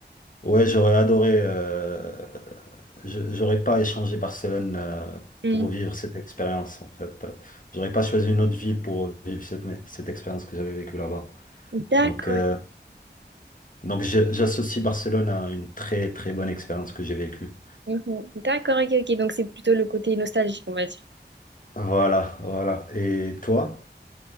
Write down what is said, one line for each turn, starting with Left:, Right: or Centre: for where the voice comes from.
Left: Ouais, j'aurais adoré. euh, je- j'aurais pas échangé Barcelone euh,
Right: Mm.
Left: pour vivre cette expérience, en fait. Euh, J'aurais pas choisi une autre ville pour vivre cette, cette expérience que j'avais vécue là-bas.
Right: D'accord.
Left: Donc, euh,
Right: ok.
Left: donc je- j'associe Barcelone à une très très bonne expérience que j'ai vécue.
Right: Mhm. D'accord, ok, ok. Donc c'est plutôt le côté nostalgique, on va dire.
Left: Voilà, voilà. Et toi?